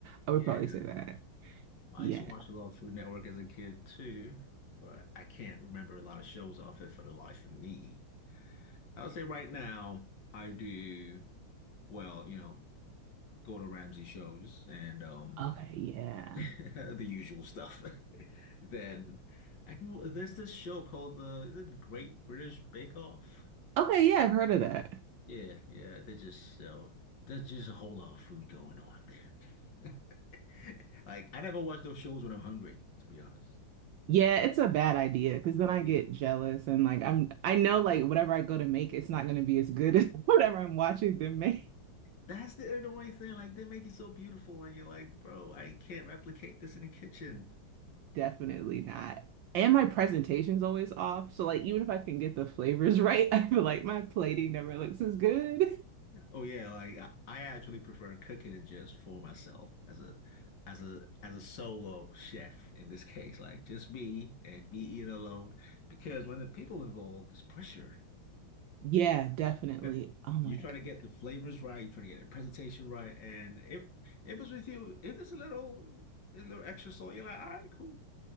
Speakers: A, on the right; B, on the left.
A: I
B: yeah.
A: would probably say that.
B: I
A: Yeah.
B: used to watch a lot of Food Network as a kid too, but I can't remember a lot of shows off it for the life of me. I'll say right now, I do, well, you know, go to Ramsey shows and um
A: Okay. Yeah.
B: <laughs> the usual stuff. <laughs> Then I can, there's this show called the, is it Great British Bake Off.
A: Okay. Yeah. I've heard of that.
B: Yeah, yeah, they just sell. There's just a whole lot of food going on there. <laughs> Like I never watch those shows when I'm hungry, to be honest.
A: Yeah, it's a bad idea because then I get
B: Yeah.
A: jealous and like I'm I know like whatever I go to make, it's not going to be as good <laughs> as whatever I'm watching them make.
B: That's the annoying thing. Like they make it so beautiful, and you're like, bro, I can't replicate this in the kitchen.
A: <laughs> Definitely not. And my presentation's always off. So like even if I can get the flavors right, <laughs> I feel like my plating never looks as good. <laughs>
B: Oh yeah, like I, I actually prefer cooking just for myself as a as a as a solo chef in this case, like just me and me eating alone. Because when the people involved, there's pressure.
A: Yeah, definitely.
B: Yeah.
A: Oh my
B: You're
A: God.
B: trying to get the flavors right, you're trying to get the presentation right. And if if it's with you, if it's a little a little extra salt, you're like, all right, cool.